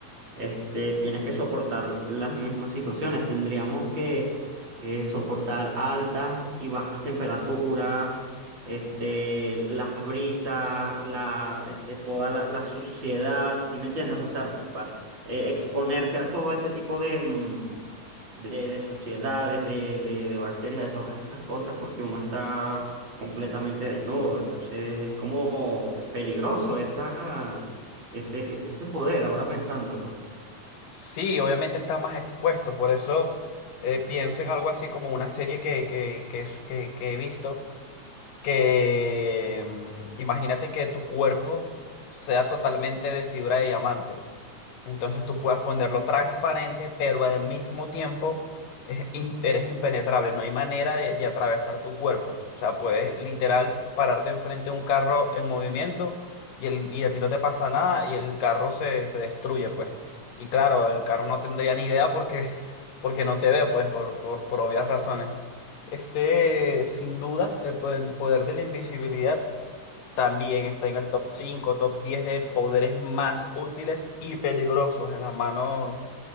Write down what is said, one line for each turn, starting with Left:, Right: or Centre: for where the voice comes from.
Right: este, tienes que soportar las mismas situaciones. Tendríamos que, que soportar altas y bajas temperaturas, este, las brisas, la, este, toda la, la suciedad, ¿sí me entiendes? O sea, pa- eh, exponerse a todo ese tipo de, mm, de, de suciedades, de, de, de bacterias, de todas esas cosas, porque uno está completamente desnudo. Entonces es como peligroso esa, ese, ese, ese poder, ahora pensándolo.
Left: Sí, obviamente está más expuesto, por eso eh, pienso en algo así como una serie que, que, que, es- que- que he visto, que mm, imagínate que tu cuerpo sea totalmente de fibra de diamante. Entonces tú puedas ponerlo transparente, pero al mismo tiempo es im- eres impenetrable. No hay manera de, de atravesar tu cuerpo. O sea, puedes literal pararte enfrente de un carro en movimiento y, el, y a ti no te pasa nada y el carro se, se destruye, pues. Y claro, el carro no tendría ni idea porque, <laughs> porque no te ve, pues, por, por, por obvias razones. Este, sin duda, el po- el poder de la invisibilidad también está en el top 5, top 10 de poderes más útiles y peligrosos en las manos,